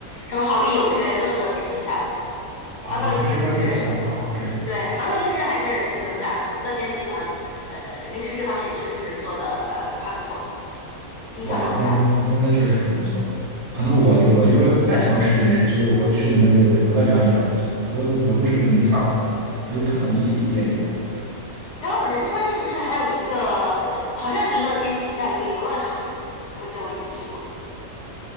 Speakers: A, on the left (about 65°); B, on the right (about 65°).
A: 什么好丽友之类的都是乐天旗下的呗。
B: 啊，
A: 韩国零食还是
B: 你是乐天旗下啊，对。
A: 对韩国零食还是挺能打的，乐天集团呃零食这方面确实是做的呃还不错，影响力很大。
B: 哇，那那那确实很不错。可能我我因为不太喜欢吃零食，
A: 嗯嗯，
B: 所以我去那边就除了两眼我就走，我都我都甚至没看过，我就看了一一点点。
A: 然后仁川是不是还有一个就好像是乐天旗下的一个游乐场？我记得我以前去过。